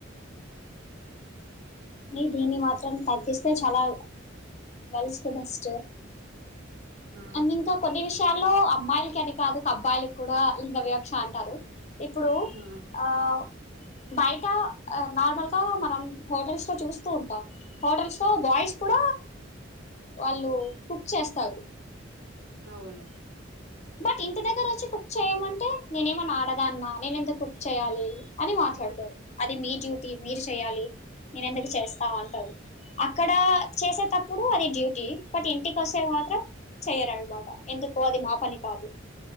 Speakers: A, on the left; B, on the right.
A: కానీ దీన్ని మాత్రం తగ్గిస్తే చాలా గర్ల్స్ కూ బెస్ట్
B: ఆ!
A: అ అండ్ల ఇంకా కొన్ని విషయాల్లో అమ్మాయిలకనెఅని కాదు అబ్బాయిల కూడా లింగ విక్ష అంటారు ఇప్పుడు
B: ఆ!
A: ఆం బయట నార్మల్ గా మనం హోటల్స్ లో చూస్తూ ఉంటాం హోటల్స్ లో బాయ్స్ కూడా వాళ్ళు కుక్ చేస్తారు
B: అవును
A: బట్ ఇంటి దగ్గర వచ్చి కుక్ చేయమంటే నేనేమన్నా ఆడదా అన్న నేన ఎంతకు కుక్ చేయాలి అని మాట్లాడతారు అది మీ డ్యూటీ మీరు చెయాలి నేన్ ఎందుకు చేస్తా అంటారు అక్కడ చేసేటప్పుడు అది డ్యూటీ బట్ ఇంటికి వస్తే మాత్రం చెయ్యరు అన్నమాట్ ఎందుకో అది మా పని కాదు